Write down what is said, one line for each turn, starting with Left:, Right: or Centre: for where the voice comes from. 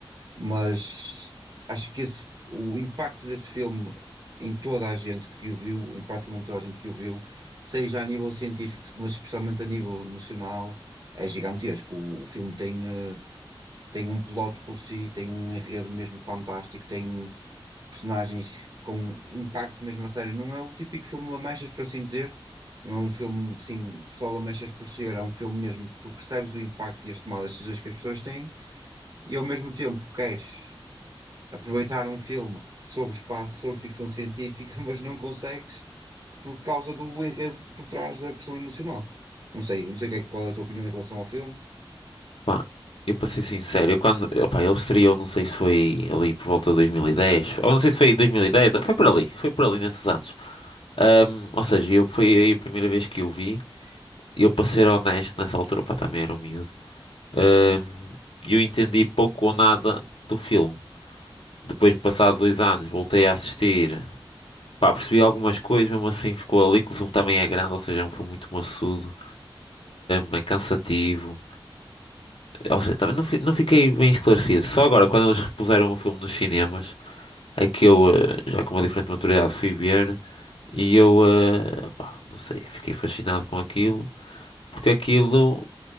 Right: mas acho que esse, o impacto desse filme em toda a gente que o viu, em praticamente toda a gente que o viu, seja a nível científico, mas especialmente a nível emocional, é gigantesco. O, o filme tem... eh, tem um plot por si, tem um enredo mesmo fantástico, tem personagens com impacto mesmo a sério. Não é o típico filme Lamechas, por assim dizer. Não é um filme, sim, só Lamechas por ser. É um filme mesmo que tu percebes o impacto e as tomadas de decisões que as pessoas têm e ao mesmo tempo queres aproveitar um filme sobre espaço, sobre ficção científica, <laughs> mas não consegues por causa do enredo por trás da questão emocional. Não sei, não sei que é- qual é a tua opinião em relação ao filme.
Left: Pá, eu para ser sincero, eu quando. Opá, ele estreou, não sei se foi ali por volta de 2010, ou não sei se foi em 2010, foi por ali, foi por ali nesses anos. Ahm, ou seja, eu, foi aí a primeira vez que eu vi. eu, para ser honesto, nessa altura, pá, também era um miúdo, hum, eu entendi pouco ou nada do filme. Depois de passar dois anos, voltei a assistir. Pá, percebi algumas coisas, mesmo assim ficou ali, que o filme também é grande, ou seja, é um filme muito maçudo, hum, é cansativo. Ou seja, também não, fi- não fiquei bem esclarecido. Só agora, quando eles repuseram o filme nos cinemas, é que eu, eh, já com uma diferente maturidade, fui ver. E eu, eh, pá, não sei, fiquei fascinado com aquilo, porque aquilo,